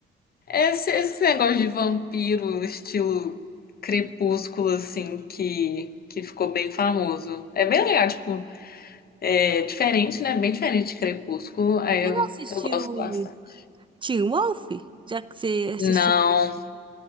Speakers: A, on the left; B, on the right.
A: Esse, esse negócio de vampiro, estilo crepúsculo, assim, que, que ficou bem famoso. É bem legal, tipo, é diferente, né? Bem diferente de crepúsculo, aí
B: Você
A: eu,
B: já assistiu
A: eu gosto bastante.
B: Teen Wolf? Já que você assistiu.
A: Não,
B: ele?